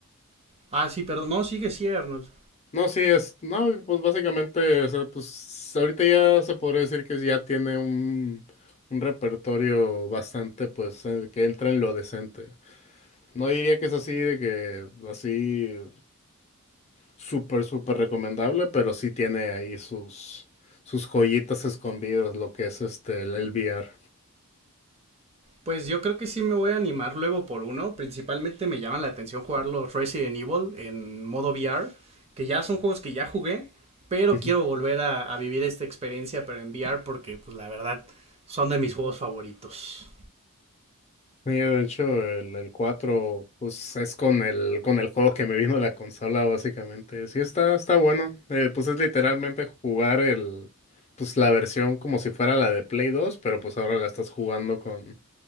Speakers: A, on the right; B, on the left.
A: ah, sí, perdón. No, sigue, sí, Arnold.
B: No, sí, es, no, pues básicamente, o sea, pues ahorita ya se podría decir que ya tiene un, un repertorio bastante, pues, en- que entra en lo decente. No diría que es así de que, así, súper, súper recomendable, pero sí tiene ahí sus, sus joyitas escondidas, lo que es este, el, el VR.
A: Pues yo creo que sí me voy a animar luego por uno. Principalmente me llama la atención jugar los Resident Evil en modo VR, que ya son juegos que ya jugué, pero
B: Sí.
A: quiero volver a, a vivir esta experiencia, pero en VR, porque, pues, la verdad, son de mis juegos favoritos.
B: Sí, de hecho, el, el 4, pues es con el, con el juego que me vino la consola, básicamente. Sí, está, está bueno. Eh, pues es literalmente jugar el, pues la versión como si fuera la de Play 2, pero pues ahora la estás jugando con,